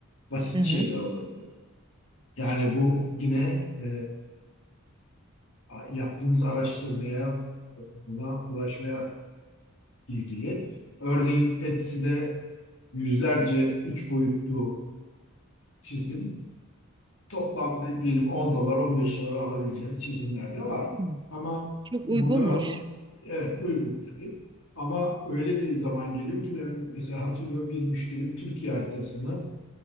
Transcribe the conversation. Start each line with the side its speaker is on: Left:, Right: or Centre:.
Left: Basit
Right: Hı hı.
Left: şeyler olabiliyor. Yani bu yine e, yaptığınız araştırmaya, buna ulaşmaya ilgili. Örneğin Etsy'de yüzlerce üç boyutlu çizim toplamda diyelim 10 dolar 15 dolar alabileceğiniz çizimler de var.
Right: Hı.
Left: Ama
Right: Çok
Left: bunları
Right: uygunmuş.
Left: alıp evet uygun tabii. Ama öyle bir zaman geliyor ki ben mesela hatırlıyorum bir müşterim Türkiye haritasını